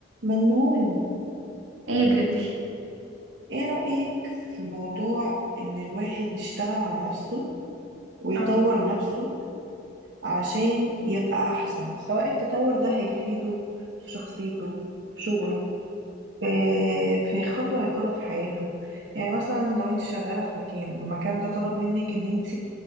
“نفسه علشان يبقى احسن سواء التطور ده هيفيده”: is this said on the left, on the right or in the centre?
Right